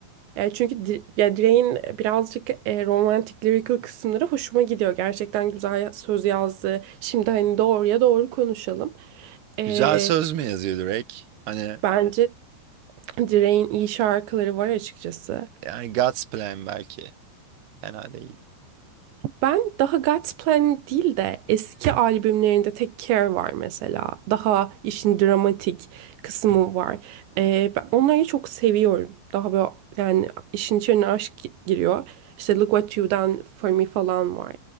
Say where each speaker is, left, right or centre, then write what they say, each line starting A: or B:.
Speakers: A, on the right (about 85°); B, on the right (about 70°).
A: Yani çünkü di, ya Drake'in birazcık e, romantik, lyrical kısımları hoşuma gidiyor. Gerçekten güzel söz yazdı. Şimdi hani doğruya doğru konuşalım. Eee,
B: Güzel söz mü yazıyor Drake? Hani
A: bence Drake'in iyi şarkıları var açıkçası.
B: yani God's Plan belki. Fena değil.
A: Ben daha God's Plan değil de eski albümlerinde Take Care var mesela. Daha işin dramatik kısmı var. Ee, ben onları çok seviyorum. Daha böyle yani işin içine aşk gi- giriyor. İşte Look What You Done For Me falan var.